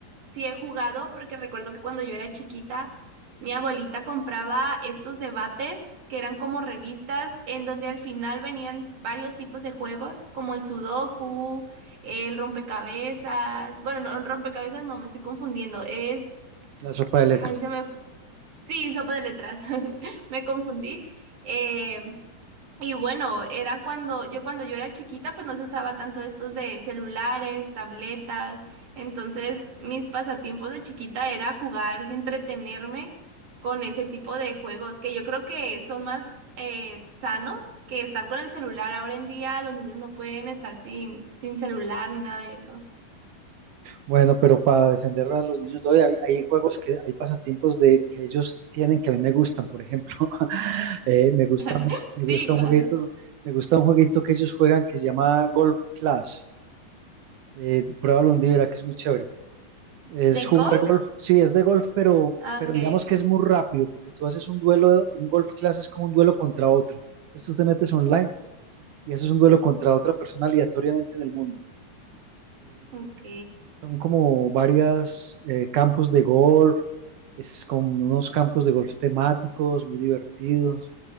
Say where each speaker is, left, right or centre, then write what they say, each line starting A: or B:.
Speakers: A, on the right (about 40°); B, on the right (about 80°).
A: sí he jugado, porque recuerdo que cuando yo era chiquita, mi abuelita compraba estos debates que eran como revistas en donde al final venían varios tipos de juegos, como el sudoku, el rompecabezas, bueno, no, rompecabezas no, me estoy confundiendo, es,
B: La sopa de letras.
A: ay, se
B: tal
A: me
B: vez.
A: Sí, sopa de letras. <laughs> Me confundí. Eh, y bueno, era cuando yo cuando yo era chiquita, pues no se usaba tanto estos de celulares, tabletas. Entonces, mis pasatiempos de chiquita era jugar, entretenerme con ese tipo de juegos que yo creo que son más eh, sanos que estar con el celular. Ahora en día los niños no pueden estar sin, sin celular ni nada de eso.
B: Bueno, pero para defender a los niños de hoy, hay, hay juegos que, hay pasatiempos de que ellos tienen que a mí me gustan, por ejemplo. <laughs> eh, me gusta, un-
A: <laughs> Sí,
B: me gusta un
A: claro.
B: jueguito, me gusta un jueguito que ellos juegan que se llama Golf Clash. Eh, pruébalo un día, verá que es muy chévere. Es
A: ¿De
B: jugar
A: golf?
B: golf, sí, es de golf, pero,
A: Ah,
B: pero
A: Ok,
B: digamos
A: ok.
B: que es muy rápido, porque tú haces un duelo, un golf class es como un duelo contra otro. Entonces tú te metes online y haces un duelo contra otra persona aleatoriamente en el mundo.
A: Ok.
B: Son como varias eh, campos de golf, es como unos campos de golf temáticos, muy divertidos,